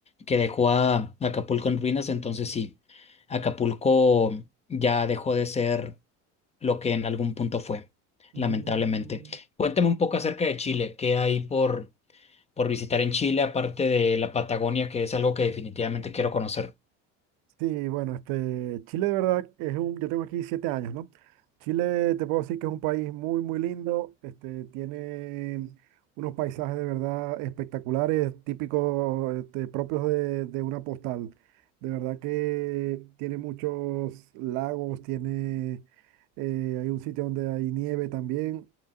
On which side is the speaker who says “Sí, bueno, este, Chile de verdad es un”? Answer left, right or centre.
Right